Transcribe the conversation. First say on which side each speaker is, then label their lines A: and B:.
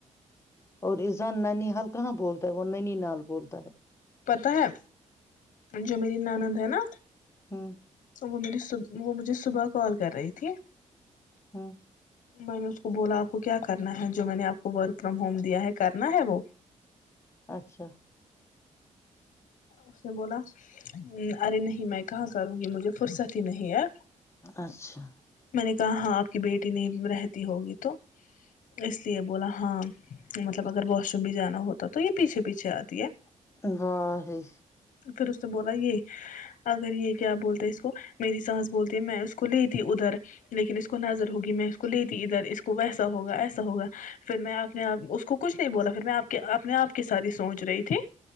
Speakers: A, on the left; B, on the left.
A: اور اسزان ننی حال کہاں بولتا ہے وہ ننی نال بولتا ہے
B: پتا ہے جو میری نانند ہے نا
A: ہ
B: وہ میری وہ مجھے صبح کال کر رہی تھی
A: ہممم
B: میں نے اس کو بولا آپ کو کیا کرنا ہے جو میں نے آپ کو ورک فرام ہوم دیا ہے کرنا ہے وہ
A: اچھا
B: اس نے بولا ارے نہیں میں کہاں کروں گی مجھے فرصت ہی نہیں ہے
A: اچھا
B: میں نے کہا ہاں آپ کی بیٹی نہیں رہتی ہوگی تو اس لیے بولا ہاں مطلب اگر واش روم بھی جانا ہوتا تو یہ پیچھے پیچھے آتی ہے
A: <inaudible>
B: پھر اس نے بولا یہ اگر یہ کیا بولتے اس کو میری سانس بولتی میں اس کو لیتی ادھر لیکن اس کو نظر ہوگی میں اس کو لیتی ادھر اس کو ویسا ہوگا ایسا ہوگا پھر میں اپنے آپ اس کو کچھ نہیں بولا پھر میں اپنے آپ کے سات ہی سوچ رہی تھی